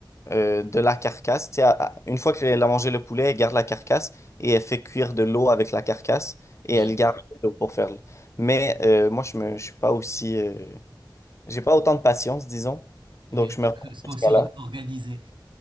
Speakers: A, on the left; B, on the right.
A: euh, de la carcasse. Tu sais, à- à- une fois qu'elle a mangé le poulet, elle garde la carcasse et elle fait cuire de l'eau avec la carcasse et
B: Ouais.
A: elle garde l'eau pour faire. le- Mais euh, moi, je me, je suis pas aussi, euh, j'ai pas autant de patience, disons.
B: <laughs> Et
A: Donc, je
B: tu
A: me retrouve
B: peux- C'est pas
A: jusqu'à
B: aussi or-
A: là.
B: organisé.